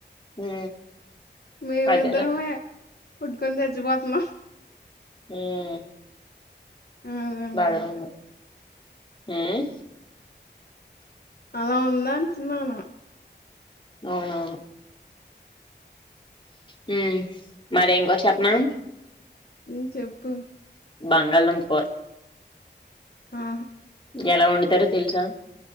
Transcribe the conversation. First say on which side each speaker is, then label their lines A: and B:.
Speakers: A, on the left (about 25°); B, on the left (about 55°).
A: హ్మ్
B: మేమిద్దరమే
A: అదేలే
B: కొట్టుకొందచ్చి వోత్నా
A: హ్మ్మ్ ప్చ్
B: అదనమాట.
A: బ్యాగ రౌండ్ లో హ్మ్
B: అల్లా ఉందన్తున్నాను
A: నవునవును హ్మ్ మరి ఇంకోట్, చెప్నా
B: హ్మ్ చెప్పు
A: బంగాళదుంప్, కోర్
B: ఆ
A: ఎలా వండుతారో తెలుసా